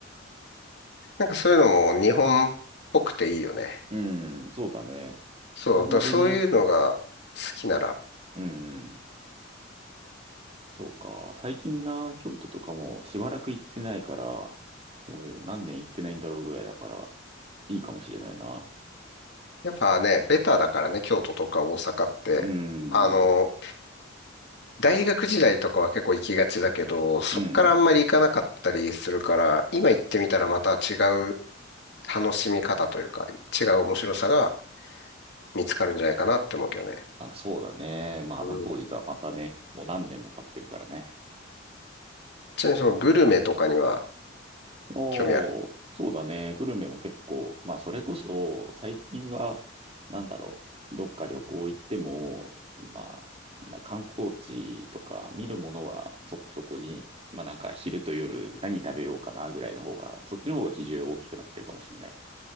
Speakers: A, on the left; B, on the right.
A: なんかそういうのも日本っぽくていいよね。
B: う。うーん、そうだね。
A: そう、
B: あんまりね。
A: だからそういうのが好きなら。
B: うーん、そうか。最近な、京都とかもしばらく行ってないから、もう何年行ってないんだろうぐらいだから、いいかもしれないな。
A: やっぱね、ベタだからね、京都とか大阪って。
B: うーん、
A: あの、大学時代とかは結構行きがちだけど、そこからあんまり行かなかったりするから、
B: うん。
A: 今行ってみたらまた違う楽しみ方というか、違う面白さが見つかるんじゃないかなって思うけどね。
B: あ、そうだね。まあ、
A: うん。
B: あの当時とはまたね、もう何年も経ってるからね。
A: ちなみにそのグルメとかには
B: おー、
A: 興味ある。
B: そうだね。グルメも結構、まあ、それこそ、最近は、なんだろう、どっか旅行行っても、まあ、な観光地とか見るものはそこそこに、まあ、なんか昼と夜何食べようかなぐらいの方が、そっちの方が比重大きくなってるかもしれない。